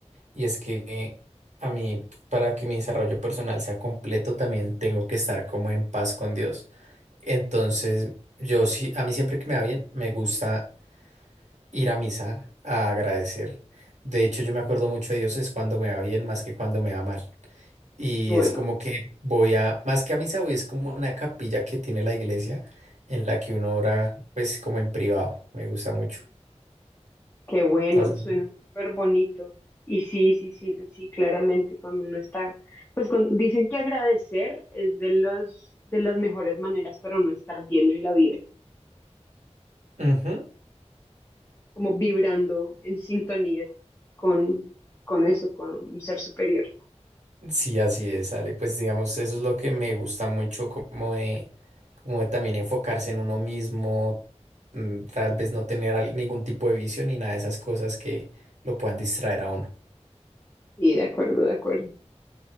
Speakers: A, on the right (about 80°); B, on the left (about 20°).
A: Y es que a mí, para que mi desarrollo personal sea completo, también tengo que estar como en paz con Dios. Entonces, yo sí, a mí siempre que me va bien, me gusta ir a misa a agradecer. De hecho, yo me acuerdo mucho de Dios es cuando me va bien más que cuando me va mal. Y
B: Bueno.
A: es como que voy a, más que a misa, voy, es como una capilla que tiene la iglesia en la que uno ora, pues como en privado. Me gusta mucho.
B: Qué bueno,
A: Entonces,
B: suena súper bonito. Y sí, sí, sí, sí, sí, claramente cuando uno está, pues con- dicen que agradecer es de los, de las mejores maneras para uno estar bien en la vida,
A: ujú,
B: como vibrando en sintonía con, con eso, con un ser superior.
A: Sí, así es, Ale. Pues digamos, eso es lo que me gusta mucho como de como de también enfocarse en uno mismo, mm, tal vez no tener al- ningún tipo de vicio ni nada de esas cosas que lo puedan distraer a uno.
B: Y de acuerdo, de acuerdo.